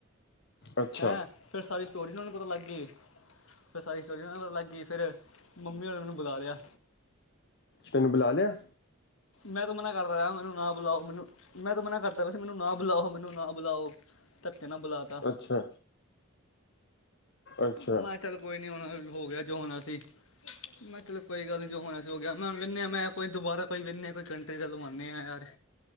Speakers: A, on the left; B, on the left.
A: ਅੱਛਾ
B: ਹੈਂ, ਫੇਰ ਸਾਰੀ ਸਟੋਰੀ ਉਹਨੂੰ ਪਤਾ ਲੱਗ ਗਈ। ਫਿਰ ਸਾਰੀ ਸਟੋਰੀ ਪਤਾ ਲੱਗ ਗਈ। ਫਿਰ ਮੰਮੀ ਹੋਣਾ ਮੈਨੂੰ ਬੁਲਾ ਲਿਆ।
A: ਤੈਨੂੰ ਬੁਲਾ ਲਿਆ।
B: ਮੈਂ ਤਾਂ ਮਨਾ ਕਰਦਾ ਰਿਹਾ, ਮੈਨੂੰ ਨਾ ਬੁਲਾਓ, ਮੈਨੂੰ ਮੈਂ ਤਾਂ ਮਨਾ ਕਰਦਾ ਪਿਆ ਸੀ, ਮੈਨੂੰ ਨਾ ਬੁਲਾਓ, ਮੈਨੂੰ ਨਾ ਬੁਲਾਓ। ਧੱਕੇ ਨਾਲ ਬੁਲਾਤਾ।
A: ਅੱਛਾ। ਅੱਛਾ
B: ਮੈਂ ਕਹਯਾ ਚਲੋ ਕੋਈ ਨੀ ਹੋ ਗਿਆ, ਜੋ ਹੋਣਾ ਸੀ। ਮੈਂ ਕਹਯਾ ਚਲ ਕੋਈ ਗੱਲ ਨੀ ਜੋ ਹੋਣਾ ਸੀ ਹੋ ਗਿਆ ਮੈਂ ਹੁਣ ਕਹਨੇ ਆ ਮੈਂ ਕੋਈ ਦੁਬਾਰਾ ਕੋਈ ਵੇਖਣੇ ਆ ਕੋਈ ਕੰਟਰੀ ਚ ਲਵਾਨੇ ਹਾਂ ਯਾਰ।